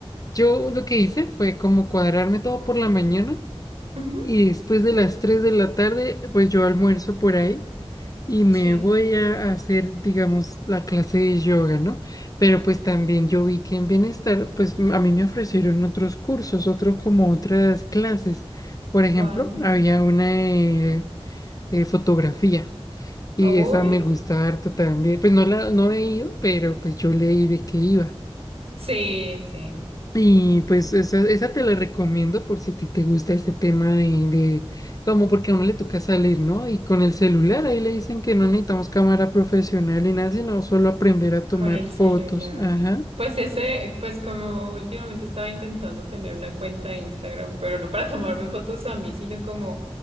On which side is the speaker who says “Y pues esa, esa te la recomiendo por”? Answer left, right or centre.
Left